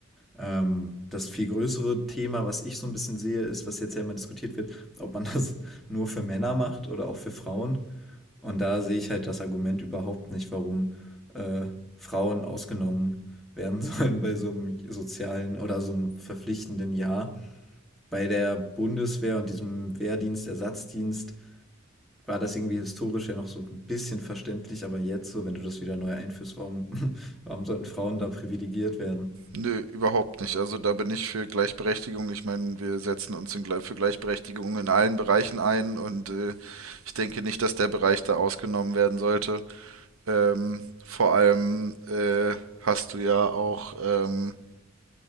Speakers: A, in the centre; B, on the right.
A: Ähm, das viel größere Thema, was ich so ein bisschen sehe, ist, was jetzt ja immer diskutiert wird, ob man <laughs> das nur für Männer macht oder auch für Frauen. Und da sehe ich halt das Argument überhaupt nicht, warum, äh, Frauen ausgenommen werden <laughs> sollen bei so einem sozialen oder so einem verpflichtenden Jahr. Bei der Bundeswehr und diesem Wehrdienst, Ersatzdienst war das irgendwie historisch ja noch so ein bisschen verständlich, aber jetzt so, wenn du das wieder neu einführst, warum, <laughs> warum sollten Frauen da privilegiert werden?
B: Nö, überhaupt nicht. Also da bin ich für Gleichberechtigung. Ich meine, wir setzen uns in, Gle- für Gleichberechtigung in allen Bereichen ein und äh, ich denke nicht, dass der Bereich da ausgenommen werden sollte. Ähm, vor allem äh, hast du ja auch, ähm,